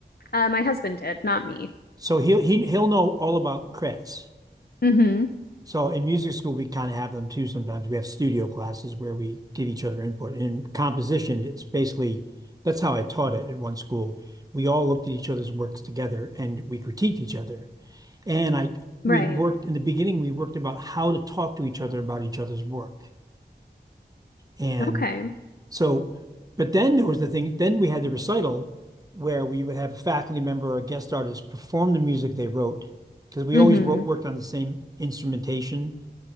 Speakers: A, on the left; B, on the right.
A: Uh, my husband did, not me.
B: So he'll he, he'll know all about crits.
A: Mm-hmm.
B: So in music school, we kind of have them too sometimes. We have studio classes where we give each other input. In composition, it's basically that's how I taught it at one school. We all looked at each other's works together and we critiqued each other. And I
A: Right.
B: we worked in the beginning, we worked about how to talk to each other about each other's work. And
A: Okay.
B: So, but then there was the thing, then we had the recital where we would have a faculty member or a guest artist perform the music they wrote because we
A: Mm-hmm.
B: always wrote, worked on the same instrumentation